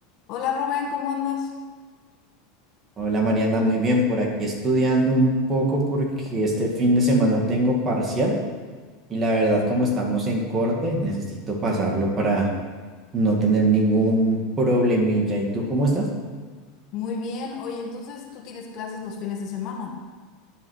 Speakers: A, on the left; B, on the right.
A: Hola Rubén, ¿cómo andas?
B: Hola Mariana, muy bien. Por aquí estudiando un poco porque este fin de semana tengo parcial y la verdad como estamos en corte, necesito pasarlo para no tener ningún problemilla. ¿Y tú cómo estás?
A: Muy bien. Oye, entonces tú tienes clases los fines de semana.